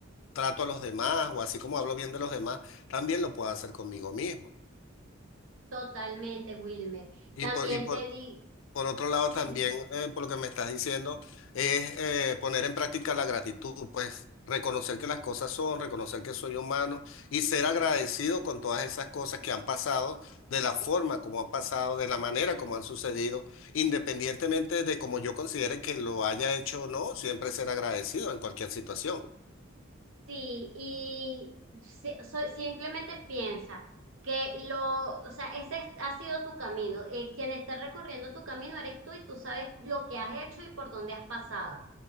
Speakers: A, on the left (about 70°); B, on the right (about 75°).
A: trato a los demás o así como hablo bien de los demás, también lo puedo hacer conmigo mismo.
B: Totalmente, Wilmer.
A: Y
B: También
A: por, y por,
B: te di,
A: Por otro lado,
B: sí,
A: también, eh, por lo que me estás diciendo, es eh, poner en práctica la gratitud, pues reconocer que las cosas son, reconocer que soy humano y ser agradecido con todas esas cosas que han pasado, de la forma como han pasado, de la manera como han sucedido, independientemente de cómo yo considere que lo haya hecho o no, siempre ser agradecido en cualquier situación.
B: Sí, y si- so- simplemente piensa que lo, o sea, ese es- ha sido tu camino. Eh, quien está recorriendo tu camino eres tú y tú sabes lo que has hecho y por dónde has pasado.